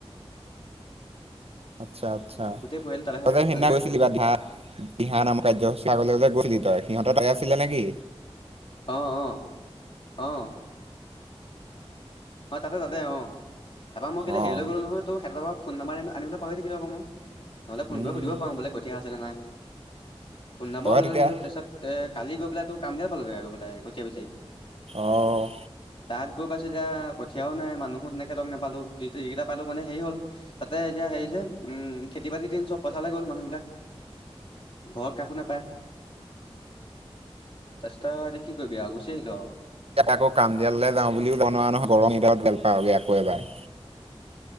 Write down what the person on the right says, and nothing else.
আচ্ছা আচ্ছা
ততে
সেদিনা
গৈছিলি বাা ধানান আাম কাৰ্যসূচী আগ গৈছিলি তই সিহঁত তাই আছিলে নেকি?
অ',
উম,
তই
তেতিয়া
অ',
ইতিয়াত আকৌ কামডিয়াললৈ যাওঁ বুলিও জনোৱা নহয় গৰং ইদাহত গেল পাওঁগৈ আকৌ এবাৰ